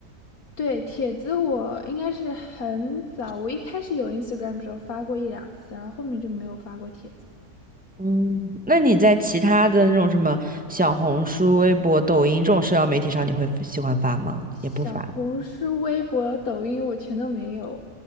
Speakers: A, on the left; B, in the centre.
A: 对，帖子我应该是很早，我一开始有 Instagram 的时候发过一两次，然后后面就没有发过帖子。
B: 嗯，那你在其他的那种什么小红书、微博、抖音这种社交媒体上，你会喜欢发吗？
A: 小红书、
B: 也不发。
A: 微博、抖音我全都没有，